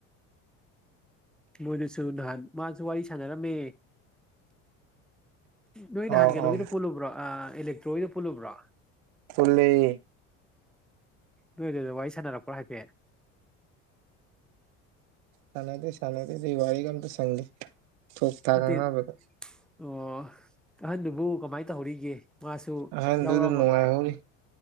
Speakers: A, in the centre; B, on the right (about 70°).
A: ꯃꯣꯏꯗ ꯆꯥꯠꯂꯨ ꯅꯍꯥꯟ ꯃꯥꯁꯨ ꯋꯥꯔꯤ ꯁꯥꯟꯅꯔꯝꯃꯦ꯫ ꯅꯣꯏ
B: ꯑꯥꯎ
A: ꯅꯍꯥꯟ ꯀꯩ
B: ꯑꯥꯎ
A: ꯅꯣꯒꯤꯅ ꯄꯨꯜꯂꯨꯕ꯭ꯔꯣ ꯑ ꯏꯂꯦꯛꯇ꯭ꯔꯣꯒꯤꯅ ꯄꯨꯜꯂꯨꯕ꯭ꯔꯣ꯫ ꯑꯣ
B: ꯄꯨꯜꯂꯦ
A: ꯅꯣꯏꯗꯨꯗ ꯋꯥꯔꯤ ꯁꯥꯟꯅꯔꯛꯄ꯭ꯔꯣꯥ ꯍꯥꯏꯐꯦꯠ꯫
B: ꯁꯥꯟꯅꯗꯦ ꯁꯥꯟꯅꯗꯦ ꯑꯗꯨꯒꯤ ꯋꯥꯔꯤꯒ ꯑꯝꯇ ꯁꯪꯗꯦ ꯊꯣꯛ ꯊꯥꯛ
A: ꯅꯠꯇꯦ
B: ꯉꯥꯡꯅꯕꯗ꯫
A: ꯑꯣ ꯑꯍꯟꯗꯨꯕꯨ ꯀꯃꯥꯏꯅ ꯇꯧꯍꯧꯔꯤꯒꯦ ꯃꯥꯁꯨ
B: ꯑꯍꯟꯗꯨꯗ
A: ꯌꯥꯎꯔꯛꯑꯃ
B: ꯅꯨꯡꯉꯥꯏꯍꯧꯔꯤ